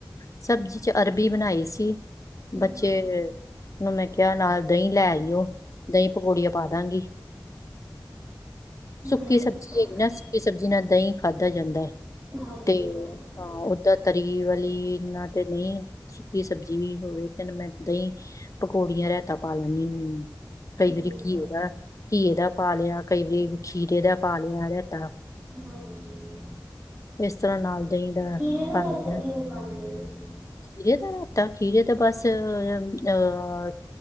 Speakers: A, on the left (about 45°); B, on the right (about 25°).
A: ਸਬਜ਼ੀ ਚ ਅਰਬੀ ਬਣਾਈ ਸੀ ਬੱਚੇ
B: ਹੂੰ
A: ਨੂੰ ਮੈਂ ਕਿਆ ਨਾਲ ਦਹੀਂ ਲੈਈਓ, ਦਹੀਂ ਪਕੌੜੀਆਂ ਪਾ ਦਾਂਗੀ।
B: ਨਹੀਂ
A: ਸੁੱਕੀ ਸਬਜ਼ੀ
B: ਚੰਗਾ
A: ਹੈਗੀ ਨਾ ਸੁੱਕੀ ਸਬਜ਼ੀ ਨਾ ਦਹੀਂ ਖਾਧਾ ਜਾਂਦਾ ਐ।
B: ਹਾਂਜੀ
A: ਤੇ
B: ਹਾਂਜੀ
A: ਹਾਂ ਓਦਾਂ ਤਰੀ ਵਾਲੀ ਇਨ੍ਹਾਂ ਤੇ ਨਈਂ। ਸੁੱਕੀ ਸਬਜ਼ੀ ਵੀ ਹੋਵੇ ਤੈਨੂੰ ਮੈਂ ਦਈਂ ਪਕੌੜੀਆਂ ਰੈਤਾ ਪਾ ਲੈਂਣੀ ਹੁਣੀ ਆ।
B: ਠੀਕ
A: ਕਈ ਵਾਰੀ ਘੀਏ
B: ਹੈ
A: ਦਾ, ਘੀਏ ਦਾ ਪਾ ਲਿਆ ਕਈ ਵਾਰੀ ਖੀਰੇ ਦਾ ਪਾ ਲਿਆ ਰੈਤਾ।
B: ਹਾਂਜੀ,
A: ਤਰ੍ਹਾਂ ਨਾਲ ਦਹੀਂ ਦਾ
B: ਖੀਰੇ ਦਾ
A: ਪਾ ਲਈਦਾ
B: ਰੈਤਾ ਕਿਵੇਂ ਪਾਂਦੇ ਓ ਤੁਸੀਂ?
A: ਖੀਰੇ ਦਾ ਰੈਤਾ ਖੀਰੇ ਤੇ ਬਸ ਅਹ